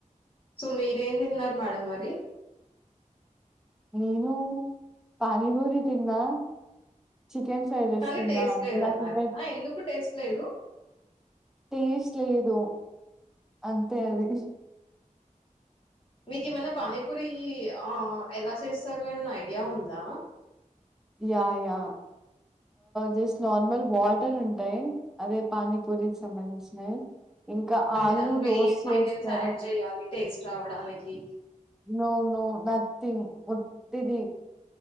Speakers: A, on the left (about 40°); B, in the centre.
A: సో మీరేం తిన్నారు మేడం మరి
B: నేను పానీపూరి తిన్నా చికెన్ ఫ్రై రైస్
A: కానీ
B: తిన్నా.
A: టేస్ట్
B: అంతే
A: లేదన్నారు
B: నాకింకా
A: ఆ ఎందుకు టేస్ట్ లేదు
B: టేస్ట్ లేదు అంతే అది
A: మీకు ఏమైన్నా పానీపూరి ఆ ఎలా చేస్తారు ఏమైనా ఐడియా ఉందా
B: yeah yeah just normal water ఉంటాయి అదే పానీపూరికి సంబంధించినయి ఇంకా
A: అంటే
B: ఆలు
A: దాంట్లో
B: రోస్ట్
A: ఏం
B: చేస్తారు
A: ఐటెమ్స్ యాడ్ చేయాలి టేస్ట్ రావడానికి
B: నువునువు నా ంగ్ ఒట్టిది